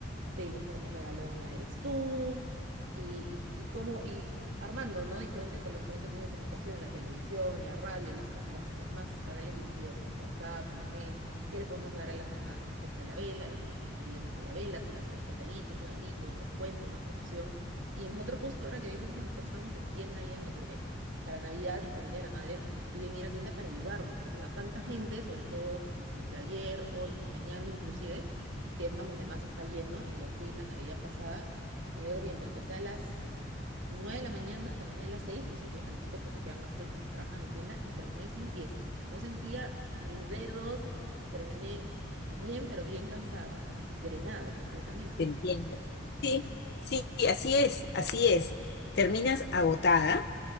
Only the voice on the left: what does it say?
Te entiendo. Sí, sí, así es, así es. Terminas agotada